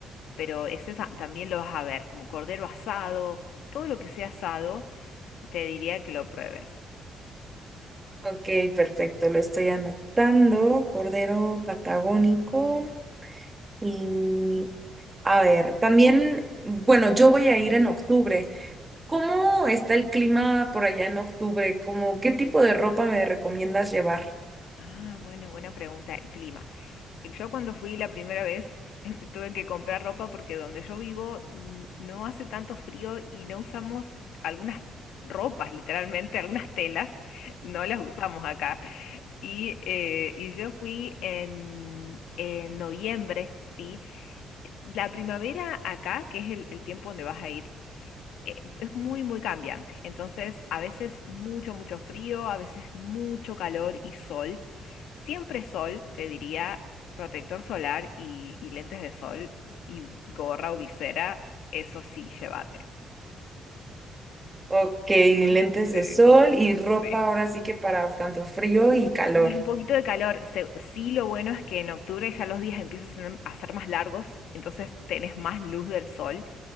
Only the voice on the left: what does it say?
pero ese sa- también lo vas a ver, como cordero asado, todo lo que sea asado, te diría que lo pruebes.
Ah, bueno, buena pregunta, el clima. Eh, Yo cuando fui la primera vez <laughs> tuve que comprar ropa porque donde yo vivo n- no hace tanto frío y no usamos algunas ropas, literalmente, algunas telas, <laughs> no las usamos acá. Y, eh, y yo fui en, en noviembre, ¿sí? La primavera acá, que es el el tiempo donde vas a ir eh, es muy, muy cambiante. Entonces, a veces mucho, mucho frío, a veces mucho calor y sol. Siempre sol, te diría, protector solar y, y lentes de sol y gorra o visera, eso sí, llévate.
Mm,
Sí,
sí.
Y un poquito de calor. se- sí, lo bueno es que en octubre ya los días empiezan a ser más largos, entonces tenés más luz del sol.